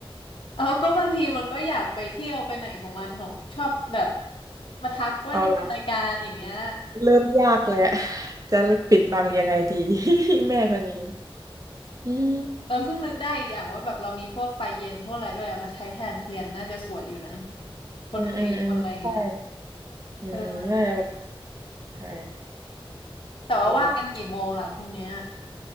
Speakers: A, on the left (about 65°); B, on the right (about 40°).
A: เอาก็บางทีมันก็อยากไปเที่ยวไปไหนของมันของชอบแบบมาทักว่าจะทำรายการอย่างเงี้ย
B: เอาล่ะเริ่มยากแล้วจะปิดบังยังไงดี <laughs> แม่คนนี้อืม
A: เออเพิ่งนึกได้อีกอย่างว่าแบบเรามีพวกไฟเย็นพวกอะไรด้วยเอามาใช้แทนเทียนน่าจะสวยอยู่นะบนเค้กบนอะไรเงี้ย
B: อืมอืมอืมใช่อืมอืมน่าจะแบบ
A: เออ
B: ใช่
A: แต่ว่าว่างกันกี่โมงล่ะพรุ่งเนี้ย
B: อืม